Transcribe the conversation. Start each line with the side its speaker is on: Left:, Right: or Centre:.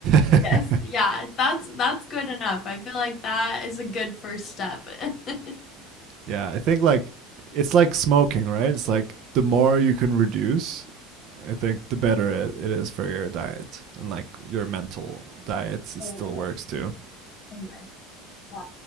Right: <laughs>
Left: Yes, yeah, that's that's good enough. I feel like that is a good first step. <laughs>
Right: yeah, I think like it's like smoking, right? It's like the more you can reduce, I think the better it, it is for your diet. And like your mental diet s-
Left: Totally.
Right: still works too.
Left: Oh my God.